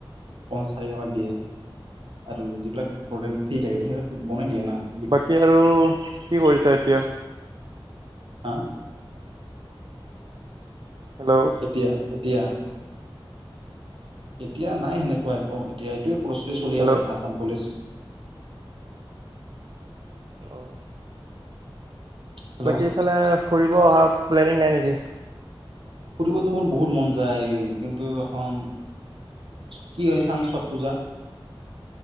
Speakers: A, on the right; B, on the right.
A: পচ চাৰি টকা দিয়ে আৰু যিবিলাক ঘ থ থাকে তু মনে দিয়া <inaudible>
B: বাকী আৰু কি কৰিছা এতিয়া
A: হা
B: হেল্ল',
A: এতিয়া এতিয়া এতিয়া নাই হেনেকুৱা আকৌ এতিয়া এইটোোৱে প্ৰস্তুতি চলি
B: হেল্ল'।
A: আছে আসাম পুলিচ
B: অ
A: হেল্ল'
B: বাকীফালে ফুৰিব অহা প্লেনিং নাই নেকি
A: ফুৰিবতো মোৰ বহুত মন যায় কিন্তু এখন কি হয় ছাং ছট পূজা